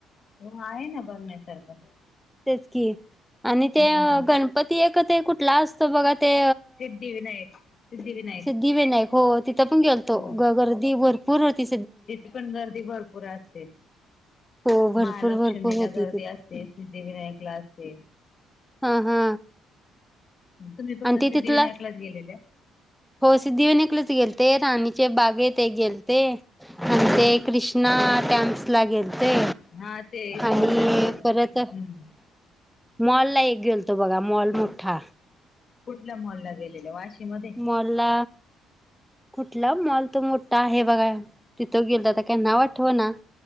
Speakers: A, on the left; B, in the centre.
A: हो आहे ना बघण्यासारखं.
B: तेच कि आणि
A: हम्म
B: ते गणपती एक ते कुठला असतो बघा ते
A: सिद्धिविनायक सिद्धिविनायक
B: सिद्धिविनायक हो तिथ पण गेलतो,
A: हो
B: गर्दी भरपूर होती.
A: तिथे पण गर्दी भरपूर असते,
B: हो भरपूर
A: महालक्ष्मीला
B: भरपूर होती
A: गर्दी
B: ती
A: असते. ते सिद्धिविनायकला आसते.
B: हा हा
A: तुम्ही फक्त
B: आणि ते
A: सिद्धिविनायकलाच
B: तिथला
A: गेलेल्या?
B: हो सिद्धीविनायकलाच गेलते, राणीचे बागेत एक गेलते आणि ते कृष्णा टॅम्प्स ला गेले ते
A: हा ते इस्कॉन
B: आणि
A: टेम्पल
B: परत
A: हम्म
B: मॉल ला एक गेलतो बघा, मॉल मोठा
A: कुठल्या मॉलला गेलेल्या, वाशीमध्ये?
B: मॉलला, कुठला मॉल तो मोठा आहे बघा. तिथं गेलता, काही नाव आठवना.